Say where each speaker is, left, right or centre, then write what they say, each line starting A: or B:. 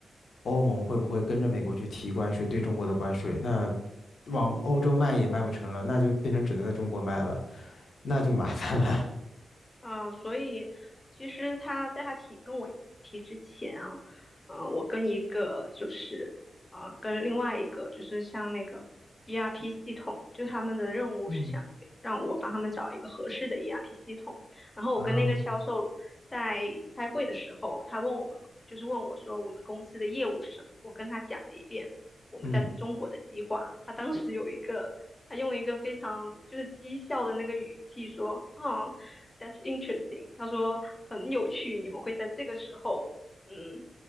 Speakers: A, on the left; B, on the left.
A: 欧盟会不会跟着美国去提关税，对中国的关税？那往欧洲卖也卖不成了，那就变成只能在中国卖了，那就麻烦了。<laughs>
B: 嗯，所以其实他在他提跟我提之前啊，嗯，我跟一个就是呃跟另外一个就是像那个 ERP 系统，就他们的任务是想给让我帮他们找一个合适的
A: 嗯
B: ERP 系统，然后我跟那个销售在开会的时候，
A: 啊
B: 他问我们就是问我说我们公司的业务是什么，我跟他讲了一遍我们在中国的计划，
A: 嗯
B: 他当时有一个他用一个非常就是讥笑的那个语气说，嗯。That's interesting。他说很有趣，你们会在这个时候，嗯，